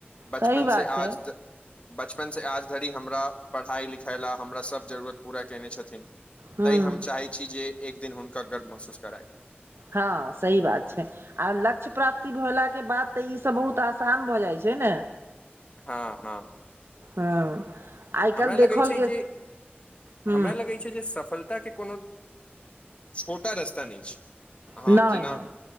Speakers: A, on the left; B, on the right.
A: बचपन
B: सही बात
A: से
B: छै
A: आज त बचपन से आज धरि हमरा पढ़ाई लिखाइ लए हमरा सब जरुरत पूरा केने छथिन
B: हूँ
A: तेंइ हम चाहैत छी जे एक दिन हुनका गर्व महसूस कराइब
B: हँ सही बात छै आ लक्ष्य प्राप्ति भेलाके बाद तऽ ईसभ बहुत आसान भऽ जाइत छै न
A: हँ हँ
B: हँ आइ
A: हमरा
B: काल्हि देखल
A: लगै छै
B: गेल
A: जे
B: ह
A: हमरा लगै छै जे सफलता के कोनो छोटा रास्ता नय छै अहाँ
B: नहि
A: जेना
B: नहि